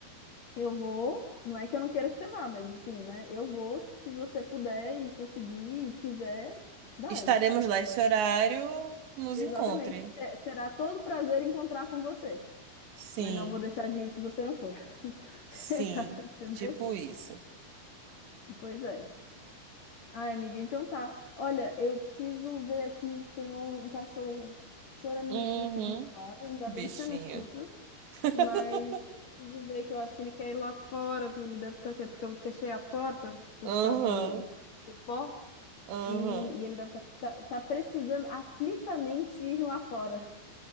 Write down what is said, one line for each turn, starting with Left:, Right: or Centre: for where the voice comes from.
Left: eu vou, não é que eu não queira que você vá, mas assim, né? Eu vou, se você puder e conseguir e quiser, vai.
Right: Estaremos lá esse horário, nos
Left: Exatamente.
Right: encontre.
Left: Se- Será todo prazer encontrar com você.
Right: Sim.
Left: Mas não vou deixar de ir se você não for. <laughs>
Right: Sim.
Left: Exato, Entendeu?
Right: Tipo isso.
Left: Pois é. Ai, amiga, então tá. Olha, eu preciso ver aqui, tem um, um cachorro choramingando
Right: Uhum.
Left: aqui do meu lado. Ainda
Right: Bichinho.
Left: bem que você não escuta.
Right: <laughs>
Left: Mas eu preciso ver que eu acho que ele quer ir lá fora, porque ele deve estar. Porque eu fechei a porta por
Right: Aham.
Left: causa do, do pó.
Right: Aham.
Left: E, e ele deve estar tá, tá- tá precisando aflitamente ir lá fora.